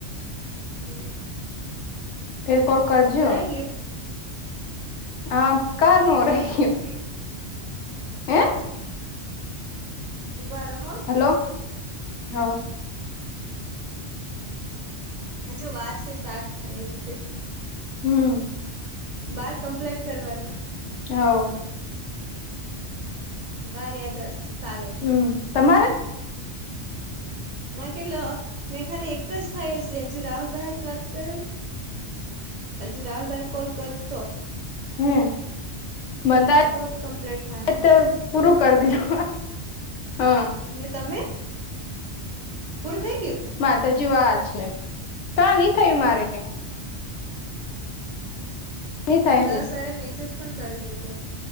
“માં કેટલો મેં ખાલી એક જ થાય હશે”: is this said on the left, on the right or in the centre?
Right